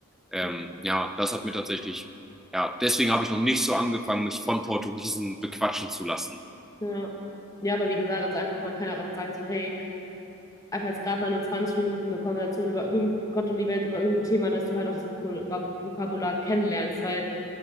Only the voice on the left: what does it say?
ja.
Ja. Ja, aber wie gesagt, also einfach, man kann ja auch einfach sagen, so, hey, einfach jetzt gerade mal nur 20 Minuten eine Konversation über irgend Gott und die Welt, über irgendein Thema, dass du halt auch das Vokul- Vab- Vokabular kennenlernst, weil